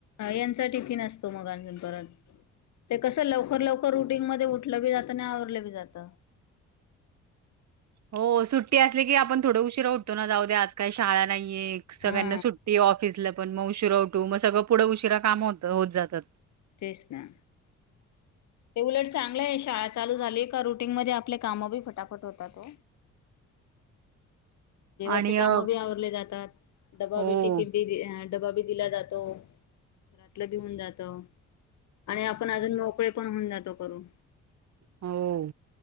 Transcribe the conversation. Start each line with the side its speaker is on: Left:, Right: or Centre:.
Left: यांचा टिफिन असतो, मग अजून परत ते कसं लवकर-लवकर रुटिंग मध्ये उठलं बी जात आणि आवरलं बी जात.
Right: हो सुट्टी असली की आपण थोड उशीरा उठतो ना जाऊ द्या आज काही शाळा नाहीये सगळ्यांना
Left: हा
Right: सुट्टी ऑफिस ला पण मग उशीरा उठू मग सगळं पुढे उशीरा काम होत होत जातात.
Left: तेच ना. ते उलट चांगलं आहे. शाळा चालू झाली का रुटीन मध्ये आपले काम बी फटाफट होतात ओ. देवाची
Right: आणि
Left: काम
Right: अ,
Left: बी आवरले जातात, डबा
Right: हो
Left: बी टिफिन बी डबा बी दिला जातो, घरातलं भि होऊन जात. आणि आपण अजून मोकळे होऊन जातो करून
Right: हो